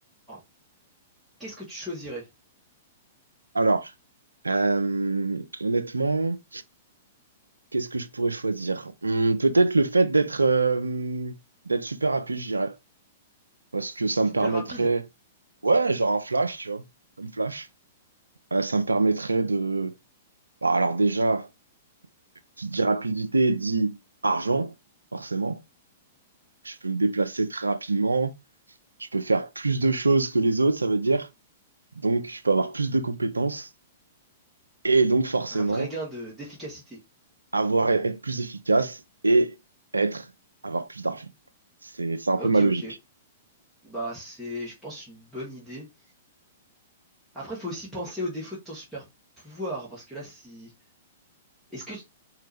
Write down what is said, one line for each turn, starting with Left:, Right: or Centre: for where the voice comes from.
Centre: Alors, qu'est-ce que tu choisirais?
Right: Alors, euh, honnêtement, qu'est-ce que je pourrais choisir? Hum, peut-être le fait d'être euh, d'être super rapide, je dirais. Parce que ça
Centre: Super
Right: me permettrait.
Centre: rapide?
Right: Ouais, genre un flash, tu vois. Comme flash. Euh, ça me permettrait de. Bah, alors déjà, qui dit rapidité dit argent, forcément. Je peux me déplacer très rapidement. Je peux faire plus de choses que les autres, ça veut dire. Donc, je peux avoir plus de compétences. Et donc, forcément.
Centre: Un vrai gain de d'efficacité,
Right: avoir,
Centre: en gros.
Right: être plus efficace et être, avoir plus d'argent. C'est, c'est un peu
Centre: Ok,
Right: ma
Centre: ok.
Right: logique.
Centre: Bah, c'est, je pense, une bonne idée. Après, faut aussi penser aux défauts de ton super pouvoir, parce que là, si... Est-ce que